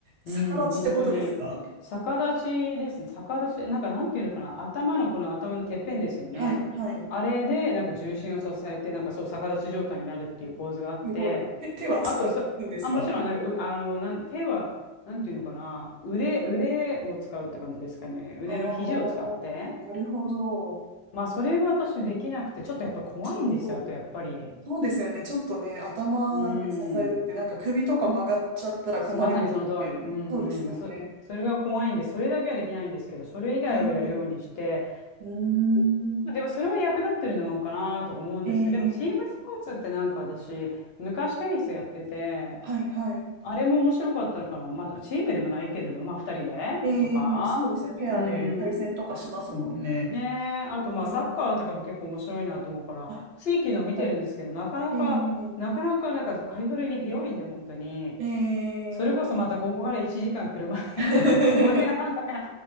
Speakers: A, on the right; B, on the left.
A: 逆立ちってことですか
B: うん、本当に。逆立ちですね。逆立ち、なんかなんていうのかな。頭のこの頭のてっぺんですよね。
A: はい、はい、
B: あれで、なんか重心を支えて、なんかそう逆立ち状態になるっていうポーズがあって、
A: すごい。手、手は使うんですか
B: あとそ、あ、もちろん、なんか、う、あの、なん、手は、なんていうのかな。腕、腕を使うって感じですかね。腕の肘を使って。
A: ああ、なるほど。
B: まあ、それが私できなくて、ちょっとやっぱ怖いんですよ。
A: すごい。
B: あと、やっぱり。
A: そうですよね。ちょっとね、頭で支えるって、
B: うん。
A: なんか首とか曲がっちゃったら困りますね。
B: すまさにその通り。うんうん。
A: そうですよね。
B: そ、それが怖いんで、それだけはできないんですけど、それ以外はやるようにして、
A: ええ、うーん。
B: まあでもそれは役立ってるのかなとか思うんですけど、
A: ええ、
B: でもチームスポーツってなんか私、昔テニスやってて、
A: はいはい。
B: あれも面白かったのから、またチームでもないけれど、まあ二人でとか、
A: ええ、そうですね。ペアで対戦とかしますもんね。
B: うん。ねえ、あとまあサッカーとかも結構面白いなと思うから、
A: ええ、あ、やっ
B: 地域の見てるんですけど、
A: ぱり。
B: なかなか、
A: え
B: なかなかなんかカリフォルニア広いんで、本当に。
A: え、ええ。
B: それこそまたここから1時間車で
A: <laughs>
B: <laughs> とか、そういうのだから、